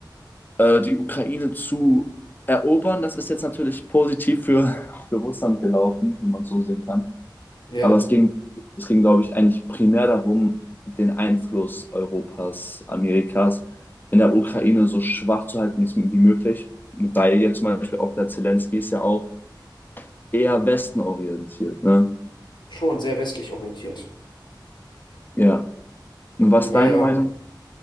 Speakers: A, on the left (about 25°); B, on the left (about 65°).
A: äh, die Ukraine zu erobern. Das ist jetzt natürlich positiv für, für Russland gelaufen, wenn man es so sehen kann.
B: ja,
A: Aber es ging, es ging, glaube ich, eigentlich primär darum, den Einfluss Europas, Amerikas in der Ukraine so schwach zu halten wie's- wie möglich. Weil jetzt zum Beispiel auch der Zelensky ist ja auch eher westenorientiert, ne?
B: schon sehr westlich orientiert.
A: Ja. Und was
B: Der
A: ist
B: war
A: deine
B: ja,
A: Meinung?